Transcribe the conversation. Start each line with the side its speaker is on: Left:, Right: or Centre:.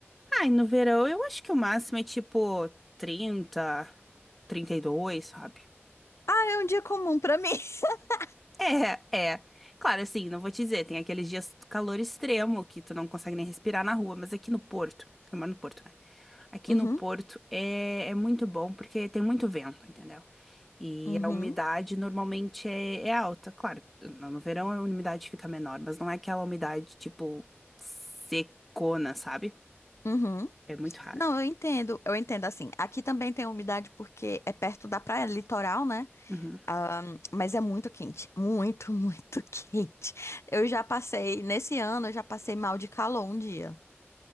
Centre: ai no verão eu acho que o máximo é tipo trinta trinta e dois sabe?
Left: Ah, é um dia comum pra mim. <laughs>
Centre: É, é. Claro, assim, não vou te dizer, tem aqueles dias de calor extremo que tu não consegue nem respirar na rua, mas aqui no Porto, eu moro no Porto, né? Aqui
Left: Uhum,
Centre: no Porto é, é muito bom porque tem muito vento, entendeu? E
Left: uhum,
Centre: a umidade normalmente é, é alta. Claro, no no verão a umidade fica menor, mas não é aquela umidade tipo secona, sabe?
Left: uhum.
Centre: É muito raro.
Left: Não, eu entendo, eu entendo assim. Aqui também tem umidade porque é perto da praia, litoral, né?
Centre: Uhum.
Left: Ahn, mas é muito quente, muito, muito <laughs> quente. Eu já passei, nesse ano, eu já passei mal de calor um dia.